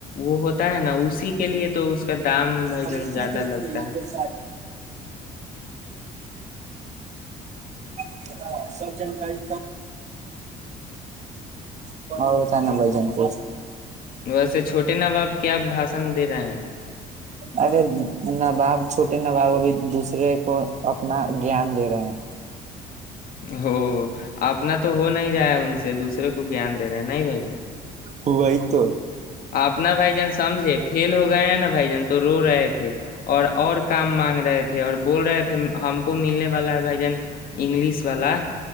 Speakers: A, on the left; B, on the right.
A: وہ ہوتا ہے نا اس اسی کے لیے تو کا دام بھائی
B: امن
A: جان
B: کیا
A: زیادہ
B: کہ لی
A: لگتا ہے
B: س اپ کرا سب جانکاری اور بت ن بائی جان کو
A: ویسے چھوٹے نا بپ کیا بھاشن دے رہے ہیں
B: ارے نواب چھوٹے نواب ابھی دوسرے کو اپنا گیان دے رہے ہیں
A: ہو اپنا تو ہو نہیں رہ ہے ان سے دوسرے کو گان دے رہے ہیں نہیں بھائی
B: ہوو آئیت
A: اپنا بھائی جان سمجھے فل ہو گئے ہیں بائی ج تو رو رہے تھے اور اور کام مانگ رہے تھے تھ اور بول رہے تھے ہم کو ملنے والا ہے بھجن انگلش والا